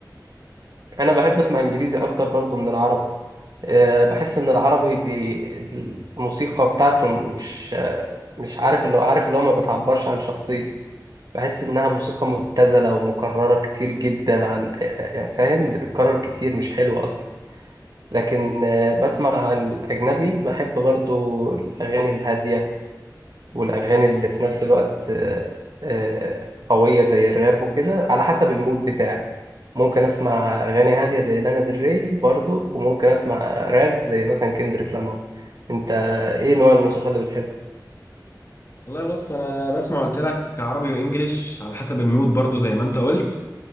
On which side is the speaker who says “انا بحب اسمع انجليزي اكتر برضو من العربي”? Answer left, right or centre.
Right